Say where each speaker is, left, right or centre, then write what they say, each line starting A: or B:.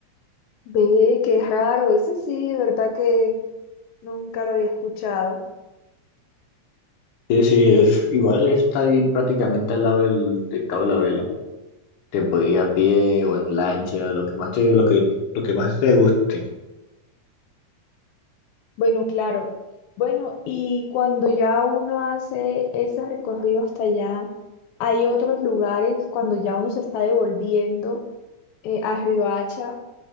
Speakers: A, on the left; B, on the left.
A: Ve, qué raro. Ese sí, de ¿verdad que nunca lo había escuchado?
B: Sí, sí, es, igual está ahí prácticamente al lado del, de Cabo la Vela. Te podía ir a pie o en lancha, lo que más te, lo que, lo que más te guste.
A: Bueno, claro. Bueno, y cuando ya uno hace ese recorrido hasta allá, hay otros lugares cuando ya uno se está devolviendo eh, a Riohacha